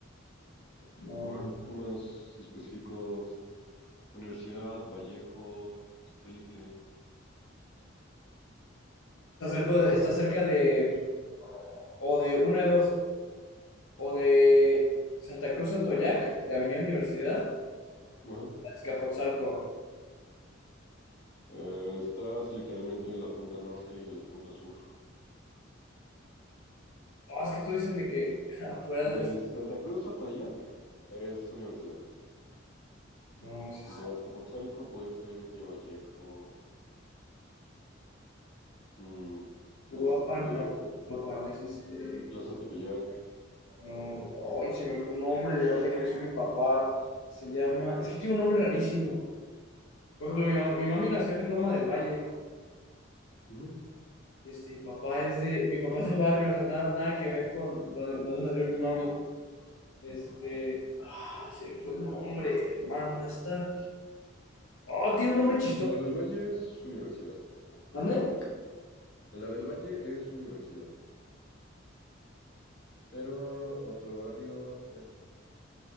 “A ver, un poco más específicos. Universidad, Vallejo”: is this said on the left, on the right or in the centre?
Left